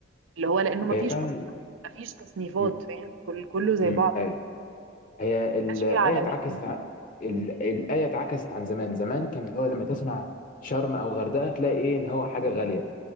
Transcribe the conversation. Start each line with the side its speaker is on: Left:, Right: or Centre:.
Right: اللي هو لانه مفيش
Left: هي فعلا
Right: اصلا مفيش تصنيفات
Left: مم،
Right: فاهم كل كله زي
Left: مم،
Right: بعضه
Left: ايوه
Right: يعني
Left: هي الآية
Right: مفيش فيه عالمين
Left: اتعكست عن ال-
Right: مم.
Left: الآية اتعكست عن زمان زمان كان اللي هو لما تسمع شرم أو غردقة تلاقي إيه إن هو حاجة غالية